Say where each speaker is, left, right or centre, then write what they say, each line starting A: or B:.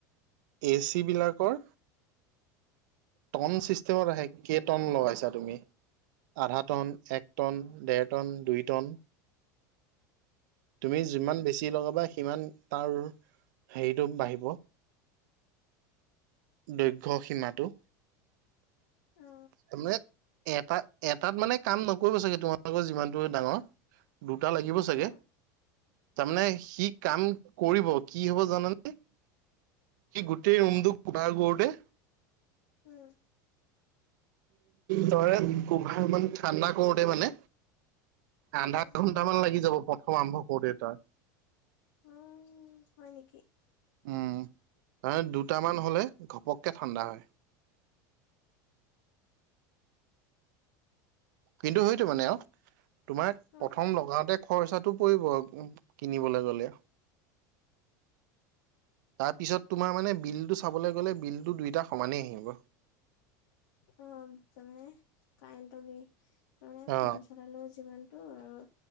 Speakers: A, on the right; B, on the left.
A: এ চি বিলাকৰ টন চিষ্টেমত আহে, কেই টন লগাইছা তুমি। আধা টন, এক টন, ডেৰ টন, দুই টন।
B: উম
A: তুমি যিমান বেছি লগাবা সিমান তাৰ হেৰিটো বাঢ়িব, দৈৰ্ঘ সীমাটো।
B: উম অ
A: তামানে এটা এটাত মানে কাম নকৰিব চাগে, তোমালোকৰ যিমানটো ডাঙৰ। দুটা লাগিব চাগে
B: অ
A: তাৰমানে সি কাম কৰিব কি হ'ব জানানে সি, গোটেই ৰুমটোক কুবাৰ কৰোতে
B: উম।
A: তই গোভাল ইান ঠাণ্ডা কৰোতে মানে
B: উম
A: আধা ঘন্টামান লাগি যাব। প্ৰথম আৰম্ভ কৰোটে, তাৰ।
B: উম হয়, নেকি।
A: উম, তাৰে দুটামান হলে ঘপককে ঠাণ্ডা হয়। কিন্তু সেইটো মানে আৰু তোমাৰ প্ৰথম
B: অ
A: লগাওঁতে খৰচা টো পৰিব কিনিবলে গলে। তাৰপিছত তোমাৰ মানে বিলটো চাবলৈ গ'লে বিলটো দুইটা সমানেই আহিব।
B: অ, তাৰমানানে কাৰেণ্ট বিল তমানে
A: অ
B: ফোন চলাল যিমান অ অ